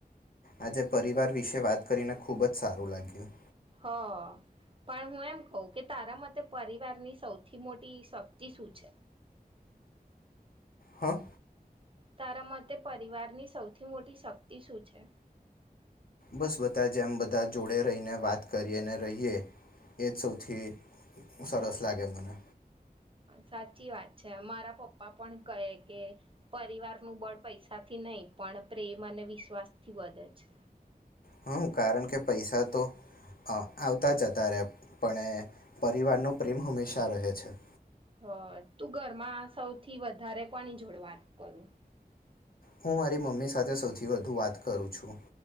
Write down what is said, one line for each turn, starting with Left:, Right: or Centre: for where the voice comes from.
Left: આજે પરિવાર વિશે વાત કરીને ખુબ જ સારું લાગ્યું
Right: હ પણ હું એમ કઉ કે તારા મતે પરિવારની સૌથી મોટી શક્તિ શું છે
Left: હા
Right: તારા મતે પરિવારની સૌથી મોટી શક્તિ શું છે
Left: બસ બધા જેમ બધા જોડે રહીને વાત કરીએ અને રહીએ એ જ સૌથી સરસ લાગે મને
Right: સાચી વાત છે મારા પપ્પા પણ કહે કે પરિવારનુંું બળ પૈસાથી નહ પણ પ્રેમ અને વિશ્વાસ થી વધે છે
Left: હ કારણ કે પૈસા તો આવતા જતા રહ પણ પરિવારનો પ્રેમ હંમેશા રહે છે
Right: હ તું ઘરમાં સૌથી વધારે કોની જોડ વાત કરું
Left: હું મારી મમ્મી સાથે સૌથી વધુ વાત કરું છું